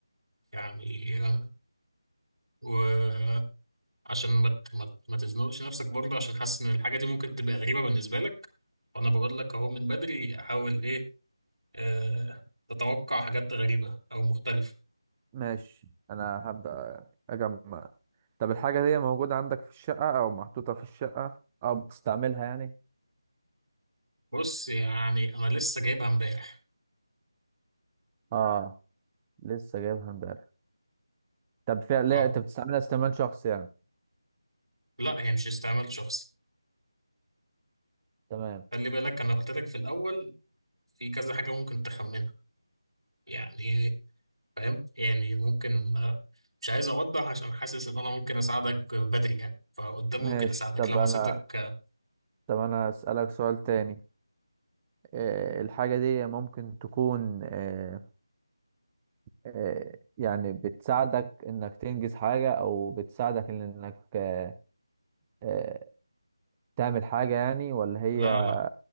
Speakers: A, on the right; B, on the right.
A: يعني آه، وعشان ما ت- ما ت- ما تزنقش نفسك برضه عشان حاسس ان الحاجة دي ممكن تبقى غريبة بالنسبة لك فانا بقول لك اهو من بدري حاول ايه آه تتوقع حاجات غريبة او مختلفة
B: ماشي انا هبدأ اجمع طب الحاجة دي موجودة عندك في الشقة او محطوطة في الشقة او بتستعملها يعني
A: بص يعني انا لسه جايبها امبارح
B: اه لسه جايبها امبارح طب فعلا لا
A: اه
B: انت بتستعملها استعمال شخصي يعني
A: لا هي مش استعمال شخصي
B: تمام
A: خلي بالك انا قلت لك في الاول في كذا حاجة ممكن تخمنها يعني فاهم يعني ممكن آه، مش عايز اوضح عشان حاسس ان انا ممكن اساعدك بدري يعني فقدام
B: ماشي
A: ممكن اساعدك
B: طب
A: لو
B: انا
A: حسيتك آه،
B: طب انا اسألك سؤال تاني آه، الحاجة دي ممكن تكون آه، آه، يعني بتساعدك انك تنجز حاجة او بتساعدك إن انك آه، آه، تعمل حاجة يعني ولا هي
A: لا لا